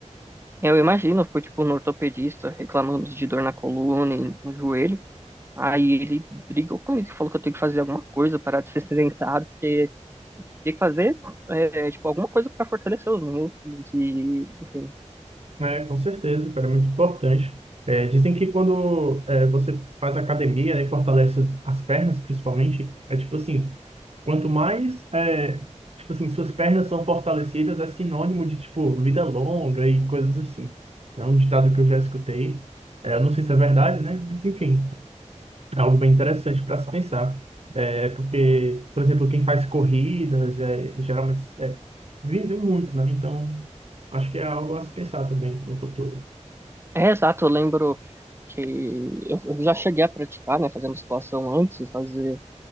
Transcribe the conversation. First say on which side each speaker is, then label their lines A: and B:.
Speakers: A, on the right (about 20°); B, on the right (about 55°).
A: Eu imagino, eu fui tipo no ortopedista reclamando de dor na coluna e no joelho. Aí ele brigou comigo, falou que eu tenho que fazer alguma coisa, parar de ser sedentário, porque tem que fazer é, é, tipo alguma coisa para fortalecer os músculos e, enfim.
B: né? Com certeza, cara, é muito importante. É, dizem que quando é, você faz academia né, e fortalece as pernas, principalmente, é tipo assim, quanto mais é, tipo assim, suas pernas são fortalecidas, é sinônimo de tipo vida longa e coisas assim. É um ditado que eu já escutei. É, eu não sei se é verdade, né? Mas enfim. É algo bem interessante para se pensar. É, porque, por exemplo, quem faz corridas é, geralmente é, vive muito, né? Então, acho que é algo a se pensar também no futuro.
A: É exato, eu lembro que eu eu já cheguei a praticar, né, fazer musculação antes de fazer